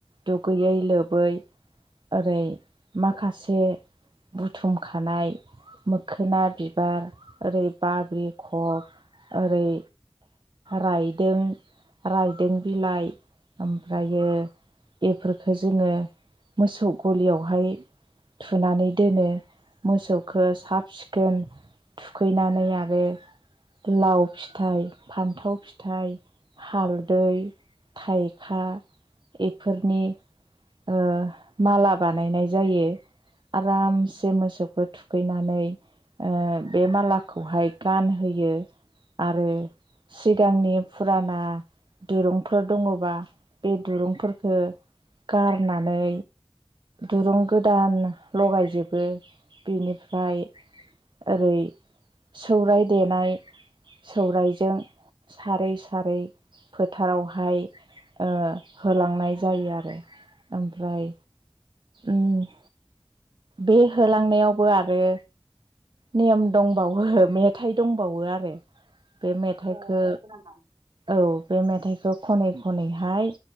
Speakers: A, on the right (about 55°); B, on the right (about 70°).
A: दुगैयै लोबै ओरै माखासे बुथुमखानाय मोखोना बिबार ओरै बाब्रि खब ओरै रायदों रायदों बिलाइ ओमफ्रायो बेफोर खौ जोङो मोसौ गलियावहाय थुनानै दोनो । मोसौखौ साब सिखोन थुखैनानै आरो लाव फिथाइ फान्थाव फिथाइ हालदै थाइखा इफोरनि ओ माला बानायनाय जायो । आरामसे मोसौखौ थुखैनानै ओ बे मालाखौहाय गानहोयो । आरो सिगांनि फुराना दिरुंफोर दङबा बे दुरुंफोरखो गारनानै दुरुं गोदान लगायजोबो बेनिफ्राय ओरै सौराय देनाय सौरायजों सारै सारै फोथारावहाय ओ होलांनाय जायो आरो । ओमफ्राय ओम । बे होलांनायावबो आरो नियम दं बावो मेथाइ दंबावो आरो । बे मेथाइखो
B: अ नंगौ नामा
A: औ बे मेथाइखौ खनैखनै हाय